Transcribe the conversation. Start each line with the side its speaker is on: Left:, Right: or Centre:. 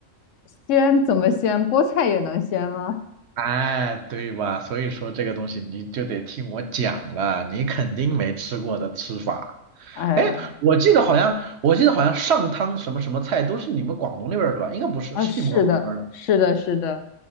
Left: 鲜怎么鲜？菠菜也能鲜吗？
Right: 哎，对吧？所以说这个东西你就得听我讲了，你肯定没吃过的吃法。
Left: 哎。
Right: 哎，我记得好像我记得好像上汤什么什么菜都是你们广东那边儿的吧？应该不是，
Left: 啊，
Right: 是你们广东这边儿的。
Left: 是的，是的，是的，